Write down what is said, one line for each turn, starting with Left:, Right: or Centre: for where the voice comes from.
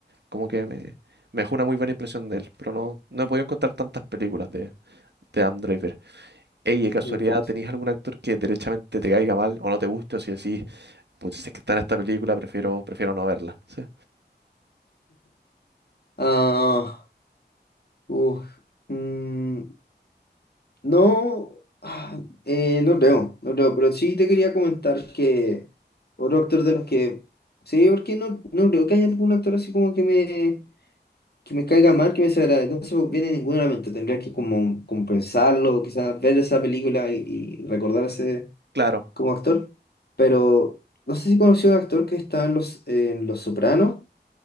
Right: como que me, me dejó una muy buena impresión de él. Pero no, no he podido encontrar tantas películas de, de Adam Driver. Ey, de casualidad,
Left: ya, perfecto.
Right: ¿tenéis algún actor que derechamente te caiga mal o no te guste o si decís, pues si es que está en esta película, prefiero, prefiero no verla? Sí.
Left: Ah, uf, mm, no, ah, eh, no creo, no creo, pero sí te quería comentar que otro actor de los que, sí, porque no, no creo que haya algún actor así como que me, que me caiga mal, que me desagrade, no se me viene ninguno a la mente, tendría que como, como pensarlo, quizás ver esa película y, y recordarse
Right: Claro,
Left: como actor, pero no sé si conoció a un actor que está en Los, en Los Sopranos,